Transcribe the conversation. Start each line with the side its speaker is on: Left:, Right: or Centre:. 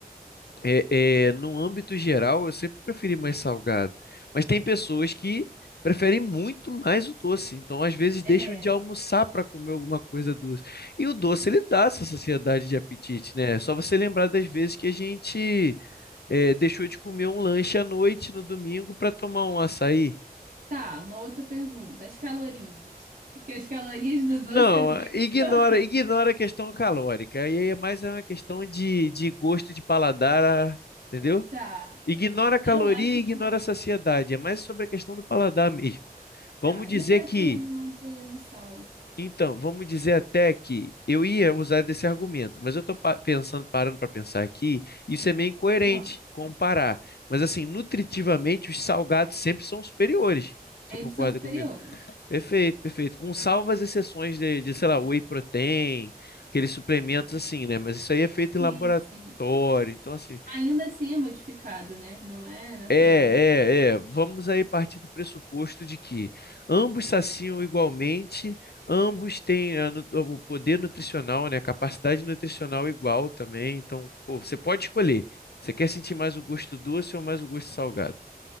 Left: é, é, no âmbito geral, eu sempre preferi mais salgado. Mas tem pessoas que preferem muito mais o doce. Então, às vezes, deixam
Right: É,
Left: de almoçar para comer alguma coisa doce. E o doce, ele dá essa saciedade de apetite, né? É só você lembrar das vezes que a gente é, deixou de comer um lanche à noite no domingo para tomar um açaí.
Right: tá, uma outra pergunta. As calorias. Porque as calorias do doce
Left: Não,
Right: é bem
Left: ignora,
Right: pior.
Left: ignora
Right: <laughs>
Left: a questão calórica. E aí é mais uma questão de, de gosto de paladar, entendeu?
Right: Tá,
Left: Ignora a caloria,
Right: eu acho
Left: e ignora
Right: que.
Left: a saciedade. É mais sobre a questão do paladar mesmo.
Right: Tá,
Left: Vamos dizer
Right: mas eu acho
Left: que,
Right: que eu ia me manter no sal.
Left: então, vamos dizer até que eu ia usar desse argumento, mas eu estou pensando, parando para pensar aqui, isso é meio incoerente
Right: Ah.
Left: comparar. Mas assim, nutritivamente, os salgados sempre são superiores. Você
Right: Sempre
Left: concorda
Right: são superiores.
Left: comigo? Perfeito, perfeito. Com salvas exceções de, de, sei lá, whey protein, aqueles suplementos assim, né? Mas isso aí é feito em
Right: Sim,
Left: laboratório.
Right: sim.
Left: Então, assim,
Right: Ainda assim é modificado, né? Não é natural.
Left: é, é, é. Vamos aí partir do pressuposto de que ambos saciam igualmente, ambos têm a nu- o poder nutricional, né? A capacidade nutricional igual também. Então, pô, você pode escolher. Você quer sentir mais o gosto doce ou mais o gosto salgado?